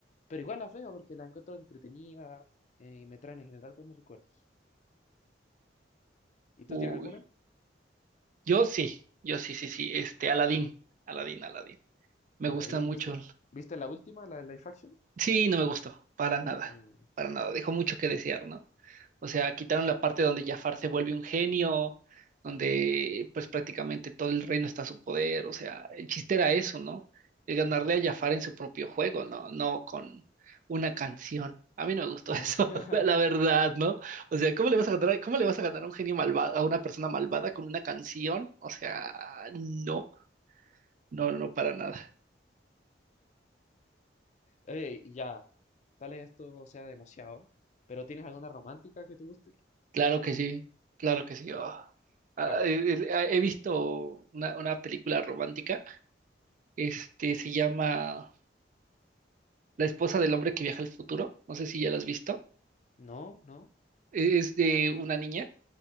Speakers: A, on the left; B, on the right.
A: Pero igual las veo porque las encuentro entretenida eh, y me traen en general buenos recuerdos. ¿Y tú
B: Uy,
A: tienes alguna?
B: yo sí, yo sí, sí, sí. Este, Aladdin, Aladdin, Aladdin. Me
A: Aladdin,
B: gustan mucho.
A: ¿viste, viste la última, la de Life Action?
B: Sí, no me gustó, para nada,
A: Mm,
B: para nada, dejó mucho que desear, ¿no? O sea, quitaron la parte donde Jafar se vuelve un genio, donde pues prácticamente todo el reino está a su poder, o sea, el chiste era eso, ¿no? El ganarle
A: ujú.
B: a Jafar en su propio juego, ¿no? No con una canción. A mí no me gustó <laughs> eso,
A: <laughs>
B: la, la verdad, ¿no? O sea, ¿cómo le vas a ganar, cómo le vas a ganar a un genio malvado, a una persona malvada con una canción? O sea, no, no, no, no, para nada.
A: Oye, y ya, tal vez esto sea demasiado, pero ¿tienes alguna romántica que te guste?
B: Claro que sí, claro que sí. oh.
A: ¿Cu-
B: Ah,
A: ¿Cuál?
B: eh, eh, ah, He visto una, una película romántica, este se llama La esposa del hombre que viaja al futuro, no sé si ya la has visto,
A: No, no.
B: E- es de una niña,